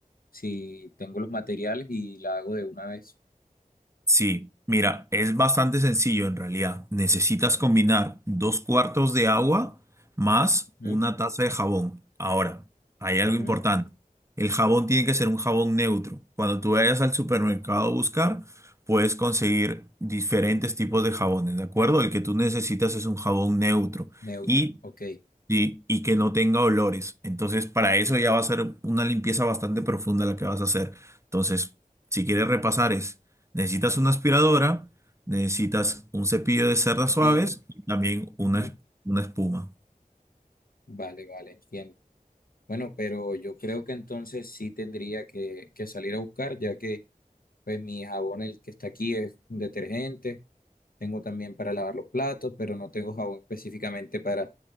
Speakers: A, on the left; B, on the right.
A: si tengo los materiales y la hago de una vez.
B: Sí, mira, es bastante sencillo en realidad. Necesitas combinar dos cuartos de agua más
A: Ujú,
B: una taza de jabón. Ahora, hay
A: ujú,
B: algo importante. El jabón tiene que ser un jabón neutro. Cuando tú vayas al supermercado a buscar, puedes conseguir diferentes tipos de jabones, ¿de acuerdo? El que tú necesitas es un jabón neutro
A: Neutro,
B: y
A: ok.
B: Sí, y que no tenga olores. Entonces, para eso ya va a ser una limpieza bastante profunda la que vas a hacer. Entonces, si quieres repasar es, necesitas una aspiradora, necesitas un cepillo de cerdas
A: Cepillo.
B: suaves y también una,
A: ujú,
B: es- una espuma.
A: Vale, vale, entiendo. Bueno, pero yo creo que entonces sí tendría que, que salir a buscar, ya que Pues mi jabón, el que está aquí, es un detergente. Tengo también para lavar los platos, pero no tengo jabón específicamente para